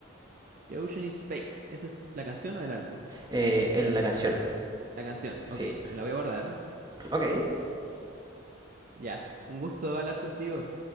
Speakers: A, on the right; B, on the right.
A: The Ocean is Fake, ¿esa es la canción o el álbum?
B: eh, en la canción.
A: La canción,
B: Sí,
A: ok, me la voy a guardar.
B: ok.
A: Ya, un gusto hablar contigo.